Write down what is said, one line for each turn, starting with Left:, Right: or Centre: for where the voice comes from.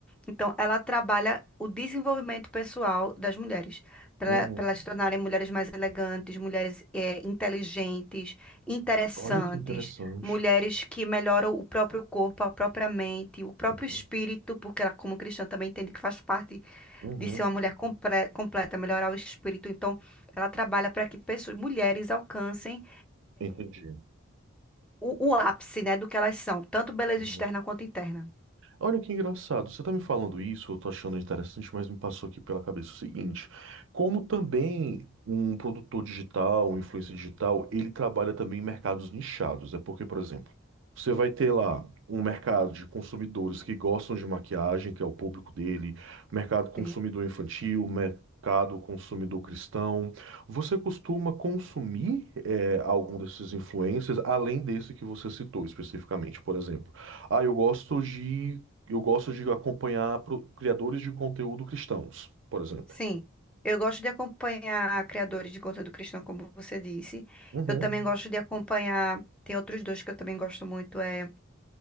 Centre: Então, ela trabalha o desenvolvimento pessoal das mulheres, para
Right: uhum.
Centre: elas se tornarem mulheres mais elegantes, mulheres eh, inteligentes, interessantes,
Right: Olha que interessante.
Centre: mulheres que melhoram o próprio corpo, a própria mente, o próprio
Right: Uhum,
Centre: espírito, porque ela, como cristã, também entende que faz parte
Right: uhum.
Centre: de ser uma mulher comple- completa, melhorar o espírito. Então, ela trabalha para que pessoas, mulheres alcancem
Right: Entendi.
Centre: o, o ápice, né, do que elas são, tanto beleza
Right: Uhum.
Centre: externa quanto interna.
Right: Olha que engraçado, você tá me falando isso, eu tô achando interessante, mas me passou aqui pela cabeça o seguinte: como também um produtor digital, um influencer digital, ele trabalha também em mercados nichados. É porque, por exemplo, você vai ter lá um mercado de consumidores que gostam de maquiagem, que é o público dele, mercado consumidor
Centre: Sim.
Right: infantil, mercado consumidor cristão. Você costuma consumir eh, algum desses influencers, além desse que você citou especificamente, por exemplo? Ah, eu gosto de eu gosto de acompanhar pro- criadores de conteúdo cristãos, por exemplo.
Centre: Sim, eu gosto de acompanhar criadores de conteúdo cristão, como você disse.
Right: Uhum,
Centre: Eu também gosto de acompanhar. Tem outros dois que eu também gosto muito, é,